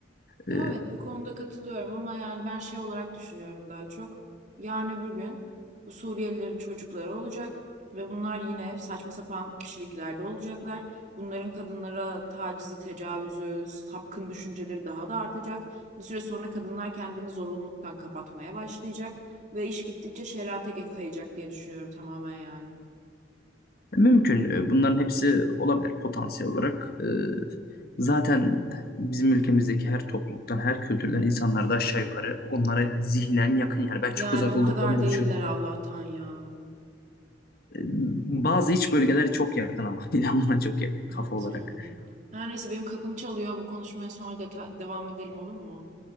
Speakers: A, on the right; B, on the left.
A: Ya
B: E,
A: Evet bu konuda katılıyorum ama yani ben şey olarak düşünüyorum daha çok. Yarın öbür gün bu Suriyelilerin çocukları olacak ve bunlar yine saçma sapan kişiliklerde olacaklar. Bunların kadınlara tacizi, tecavüzü, sapkın düşünceleri daha da artacak. Bir süre sonra kadınlar kendini zorunluluktan kapatmaya başlayacak ve iş gittikçe şerate kayacak diye düşünüyorum tamamen yani.
B: Mümkün. E, Bunların hepsi olabilir potansiyel olarak. E, Zaten bizim ülkemizdeki her topluluktan, her kültürden insanlar da aşağı yukarı onlara zihnen yakın. Yani ben çok
A: Yani
B: uzak
A: o
B: olduklarını
A: kadar değiller
B: da düşünmüyorum.
A: Allah'tan ya.
B: E, Bazı iç bölgeler çok yakın ama <laughs> İnan buna çok yakın kafa
A: Evet
B: olarak.
A: yani. Her neyse benim kapım çalıyor. Bu konuşmaya sonra deta- devam edelim olur mu?